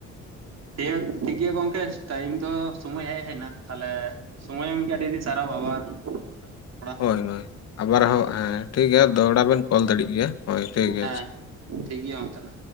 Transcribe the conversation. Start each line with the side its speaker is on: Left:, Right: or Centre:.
Right: ᱴᱤᱭᱟᱹᱜ ᱴᱷᱤᱠ ᱜᱮᱭᱟ ᱜᱚᱢᱠᱮ ᱴᱟᱭᱤᱢ ᱫᱚ ᱥᱚᱢᱚᱭ ᱦᱮᱡ ᱦᱮᱡ ᱱᱟ ᱛᱟᱦᱞᱮ ᱥᱚᱢᱚᱭ ᱮᱢ ᱟᱹᱰᱤ ᱟᱹᱰᱤ ᱥᱟᱨᱟᱣᱟ ᱟᱵᱟᱨ ᱯᱚᱨᱮ ᱛᱮᱞᱟᱝ ᱨᱚᱯᱚᱲᱟ᱾
Left: ᱦᱳᱭ ᱦᱳᱭ ᱟᱵᱟᱨ ᱦᱚᱸ ᱦᱮᱸ ᱴᱷᱤᱠᱜᱮᱭᱟ ᱫᱚᱦᱲᱟ ᱵᱮᱱ ᱠᱚᱞ ᱫᱟᱲᱮᱜ ᱜᱮᱭᱟ, ᱦᱳᱭ ᱴᱷᱤᱠ ᱜᱮᱭᱟ
Right: ᱦᱮᱸ
Left: ᱟᱪᱪᱷᱟ᱾
Right: ᱴᱷᱤᱠ ᱜᱮᱭᱟᱢ ᱢᱟ ᱛᱟᱦᱞᱮ᱾